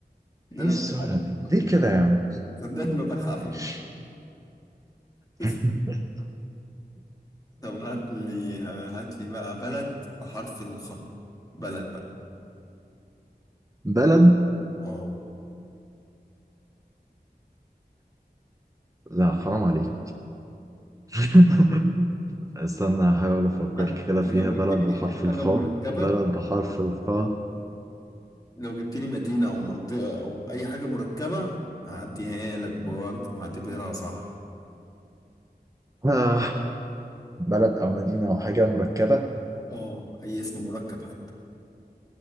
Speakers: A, on the left; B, on the right.
A: ده
B: ايه
A: انا
B: السهولة
A: ما بلحقش
B: دي
A: افكر
B: ليه كده يا عم
A: صدقني ما بلحق افكر
B: ماشي
A: <laughs>
B: <laughs>
A: طب هات لي هات لي بقى بلد بحرف الخاء بلد بقى
B: بلد
A: اه
B: لا حرام عليك <laughs> استنى هحاول أفكر
A: حتى
B: كده فيها
A: لو
B: بلد
A: جبت لي
B: بحرف
A: حاجة
B: الخاء
A: مركبة
B: بلد بحرف الخاء
A: لو جبت لي مدينة أو منطقة أو أي حاجة مركبة هعديها لك برضه هعتبرها صح
B: آه. بلد أو مدينة أو حاجة مركبة
A: اه أي اسم مركب حتى